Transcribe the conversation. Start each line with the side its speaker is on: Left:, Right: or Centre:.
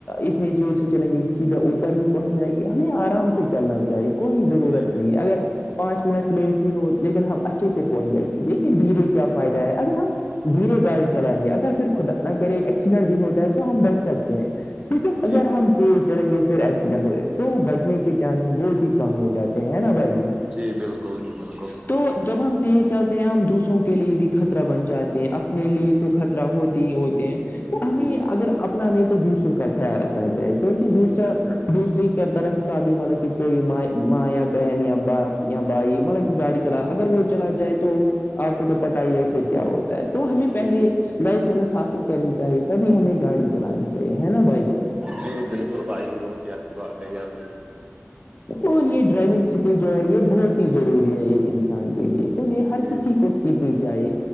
Left: اتنی زور سے چلیں گے کہ سیدھا اوپر ہی پہنچ جائے گی ہمیں آرام سے چلنا چاہی کوئی ضرورت
Right: جی
Left: نہیں
Right: بالکل
Left: ہے اگر پانچ منٹ لیٹ ہی ہو لیکن ہم اچھے سے پہنچ جائیں گے دیکھیے بجے کیا فائدہ ہے اگر ہم دھیرے گاڑی چلائیں گے اگر پھر خدا نہ کرے ایکسیڈنٹ بھی ہوتا ہے تو ہم بچ سکتے ہیں لیکن
Right: جی
Left: اگر ہم تیز چلیں گے پھر ایکسیڈنٹ ہو تو بچنے کے چانسز بہت ہی کم ہو جاتے ہیں نا بھائی جان
Right: جی بالکل جی بالکل
Left: تو جب ہم ہی چلتے ہیں ہم دوسروں کے لیے بھی خطرہ بن جاتے ہیں اپنے لیے تو خطرہ ہو ہوتے ہیں
Right: ہوں،
Left: ہمیں اگر اپنا نہیں تو دوسروں کا خیال رکھ چاہ کیونکہ دوسرا
Right: بال
Left: دوسری طرف کا بھی مطلب کوئی م ماں یا بہن یا باپ یا بھائی مطلب کہ گاڑی چلا اگر وہ چلا جائے تو آپ کو تو پتا ہی ہے پھر کیا ہوتا ہے تو ہمیں پہلے
Right: جی
Left: لائسنس حاصل کرنی چاہیے تبھی ہمیں گاڑی چلانی چاہیے ہے نا بھائی جان
Right: جی بالکل بھائی بہت ہی اچھی بات کہی ہے آپ نے
Left: اور یہ ڈرائیونگ سکل جو ہے یہ بہت ہی ضروری ہے ایک انسان کے لیے تو یہ ہر
Right: جی
Left: کسی
Right: بالکل
Left: کو سیکھنی چاہیے